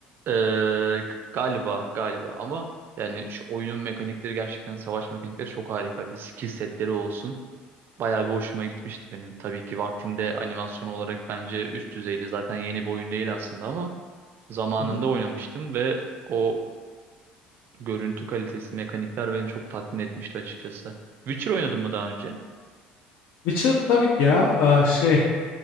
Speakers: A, on the right (about 50°); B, on the left (about 65°).
A: Ee, galiba galiba ama yani şu oyunun mekanikleri gerçekten savaş mekanikleri çok harikaydı. Skill setleri olsun. Bayağı bir hoşuma gitmişti benim. Tabii ki vaktinde animasyon olarak bence üst düzeydi. Zaten yeni bir oyun değil aslında ama zamanında
B: Hı hı.
A: oynamıştım ve o görüntü kalitesi, mekanikler beni çok tatmin etmişti açıkçası. Witcher oynadım mı daha önce?
B: Witcher tabii ki ya e, şey